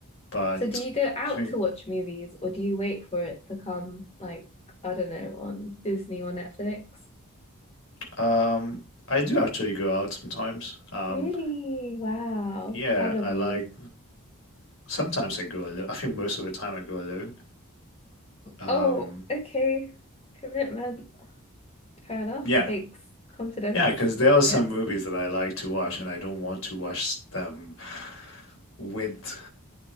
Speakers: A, on the left; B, on the left.
A: But
B: So do you go out
A: I think
B: to watch movies or do you wait for it to come like, I don't know, on Disney or Netflix?
A: um I do actually go out sometimes. Um
B: Really? Wow.
A: yeah,
B: Proud of
A: I
B: you.
A: like Sometimes I go alone. I think most of the time I go alone. Um,
B: Oh, okay. Commitment. Fair enough.
A: yeah.
B: Takes confidence.
A: Yeah, because there are some
B: Yes.
A: movies that I like to watch and I don't want to watch them with